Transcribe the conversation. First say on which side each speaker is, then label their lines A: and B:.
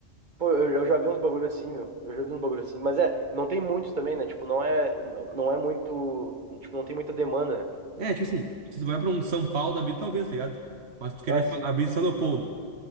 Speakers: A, on the right; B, on the right.
A: Pô, eu, eu já vi uns bagulho assim, meu. Eu já vi uns bagulho assim. Mas é, não tem muitos também, né? Tipo, não é, não não é muito. Tipo, não tem muita demanda, né?
B: É, tipo assim, se tu vai pra um São Paulo da vida, talvez, tá ligado? Mas tu querer
A: Ah, sim.
B: fa- abrir em São Leopoldo,